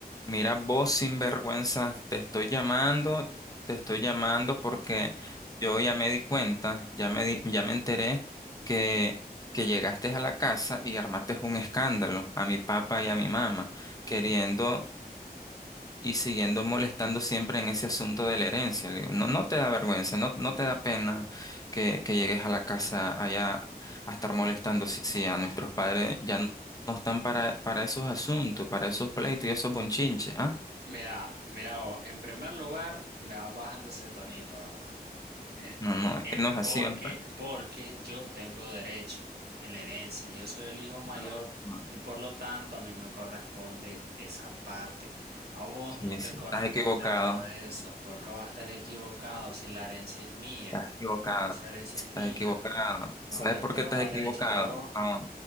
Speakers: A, on the left (about 20°); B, on the right (about 75°).
A: Mira, vos sinvergüenza, te estoy llamando, te estoy llamando porque yo ya me di cuenta, ya me di- ya me enteré que, que llegaste a la casa y armaste un escándalo a mi papá y a mi mamá, queriendo y siguiendo molestando siempre en ese asunto de la herencia. Le digo, no, no te da vergüenza, no, no te da pena que, que llegues a la casa allá a estar molestando si, si a nuestros padres ya no, no están para, para esos asuntos, para esos pleitos y esos bonchinches, ¿ah?
B: Mira, mira, vos, en primer lugar, me vas bajando ese tonito, ¿verdad? Eh,
A: No, no,
B: ¿por
A: es
B: qué?
A: que no es así,
B: Porque,
A: hombre.
B: porque yo tengo derecho en la herencia. Yo soy el hijo mayor
A: No, no,
B: y por lo tanto a mí me corresponde esa parte. A vos
A: sí,
B: no te
A: sí,
B: corresponde
A: estás equivocado,
B: todo eso, porque vas a estar equivocado si la herencia es mía.
A: estás equivocado,
B: Esa herencia
A: estás
B: es mía.
A: equivocado.
B: No,
A: ¿Sabes
B: yo
A: por
B: tengo
A: qué estás
B: más
A: equivocado?
B: derecho que vos.
A: No, no,